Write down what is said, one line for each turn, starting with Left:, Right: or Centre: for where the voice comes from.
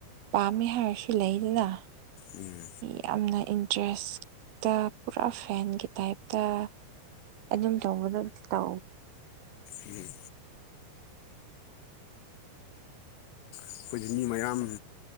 Right: ꯄꯥꯝꯃꯦ ꯍꯥꯏꯔꯁꯨ ꯂꯩꯗꯅ
Left: ꯎꯝ
Right: ꯌꯥꯝꯅ ꯏꯟꯇꯔꯦꯁꯇ ꯄꯨꯔꯥ ꯐꯦꯟꯒꯤ ꯇꯥꯏꯞꯇ ꯑꯗꯨꯝ ꯇꯧꯕꯗꯣ ꯇꯧꯗꯦꯗ
Left: ꯎꯝ ꯑꯩꯈꯣꯏꯁꯦ ꯃꯤ ꯃꯌꯥꯝ